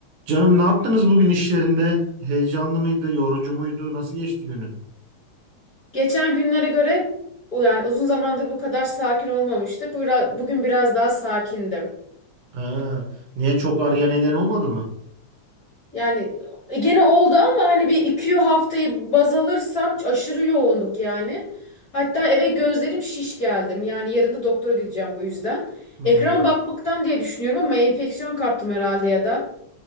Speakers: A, on the right (about 85°); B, on the left (about 45°).
A: Canım ne yaptınız bugün işlerinde? Heyecanlı mıydı, yorucu muydu? Nasıl geçti günün?
B: Geçen günlere göre o yani uzun zamandır bu kadar sakin olmamıştık. Bu biraz, bugün biraz daha sakindim.
A: Ha, niye çok ağrıya neden olmadı mı?
B: Yani e, gene oldu ama hani bir iki haftayı baz alırsam aşırı yoğunduk yani. Hatta eve gözlerim şiş geldim. Yani yarın da doktora gideceğim bu yüzden.
A: Hmm,
B: Ekran bakmaktan diye düşünüyorum ama enfeksiyon kaptım herhalde ya da